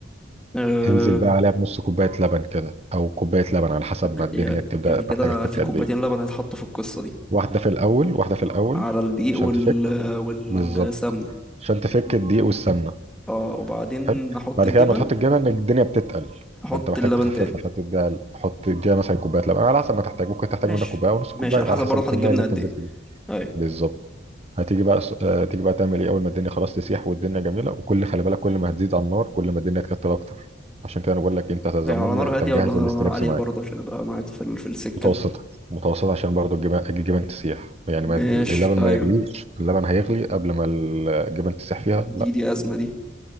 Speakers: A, in the centre; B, on the right.
A: أه...
B: انزل بقى عليها بنص كوبايه لبن كده او كوبايه لبن على حسب
A: لك-
B: ما الدنيا
A: يا-
B: تبدا
A: يعني كده
B: محتاجه تفك
A: في كوبايتين
B: قد ايه
A: لبن هيتحطوا في القصة دي
B: واحده في الاول واحده في الاول
A: على الدقيق
B: عشان
A: وال
B: تفك
A: والسمنة
B: بالظبط عشان تفك الدقيق والسمنه
A: اه وبعدين
B: حلو
A: هحط
B: بعد
A: الجبن
B: كده لما تحط الجبن الدنيا بتتقل
A: هحط
B: فانت محتاج
A: اللبن
B: تخففها
A: تاني
B: فتديها حط اديها مثلا كوبايه لبن على حسب ما تحتاج ممكن تحتاج
A: ماشي
B: منك كوبايه ونص
A: ماشي
B: كوبايه
A: على
B: على
A: حسب
B: حسب
A: برضه
B: الكميه
A: هحط الجبنة
B: اللي انت
A: قد
B: نزلت
A: ايه
B: بيها
A: ايوه
B: بالظبط هتيجي بقى س- آه، هتيجي بقى تعمل ايه اول ما الدنيا خلاص تسيح والدنيا جميله وكل خلي بالك كل ما هتزيد على النار كل ما الدنيا تكتل اكتر عشان كده انا بقول لك انت يا زمون
A: يعني على نار
B: انت
A: هادية
B: مجهز
A: ولا على
B: الاستريبس
A: نار عالية
B: معاك
A: برضه عشان ابقى معاك في ال- في السكة
B: متوسطه متوسطه عشان برضو الجبن الجبن تسيح يعني ما
A: ماشي
B: اللبن
A: ايوه
B: ما يغليش اللبن هيغلي قبل ما الجبن تسيح فيها
A: دي دي أزمة دي